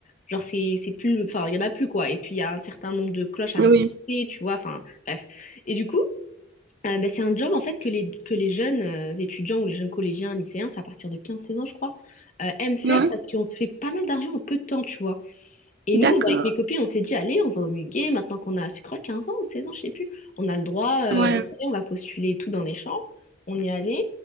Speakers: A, on the left; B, on the right.
A: genre, c'est c'est plus. Enfin, il y en a plus, quoi. Et puis, il y a un certain nombre de cloches à
B: oui,
A: respecter, tu vois, enfin, bref. Et du coup, euh, ben, c'est un job, en fait, que les, que les jeunes euh, étudiants ou les jeunes collégiens, lycéens, c'est à partir de quinze seize ans, je crois, euh, aiment faire
B: ouais,
A: parce qu'on se fait pas mal d'argent en peu de temps, tu vois. Et
B: d'accord,
A: nous, bah, avec mes copines, on s'est dit, allez, on va au Muguet, maintenant qu'on a, je crois, 15 ans ou 16 ans, je sais plus. On a le droit, euh,
B: ouais,
A: donc allez, on va postuler et tout dans les champs. On y allait.